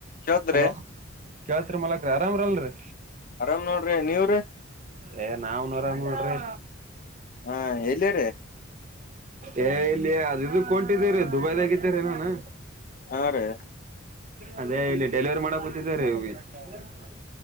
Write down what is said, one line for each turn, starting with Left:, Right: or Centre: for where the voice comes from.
Left: ಕೇಳ್ತ್ರಿ
Right: hello ಕಳ್ತ್ರಿ ಮಲ ಆರಾಮ್ರಲ್ರಿರಿ
Left: ಆರಾಮ್ ನೋಡ್ರಿ ನೀವ್ರಿ
Right: ಏ ನಾವು ಆರಾಮ್ ನೋಡ್ರಿ
Left: ಹಾ ಎಲ್ಲಿರಿ
Right: ಏ ಇಲ್ಲ ಅದು ಇದು ಹೊಂಟಿದ್ದಿರಿ ದುಬೈದಾಗಿದ್ದೆ ರೀ ನಾನು.
Left: ಹಾ ರೀ
Right: ಅದೇ ಇಲ್ಲಿ ಡೆಲಿವರಿ ಮಾಡಕ್ ಕೂತಿದೆ ರೀ. ಹ <unintelligible>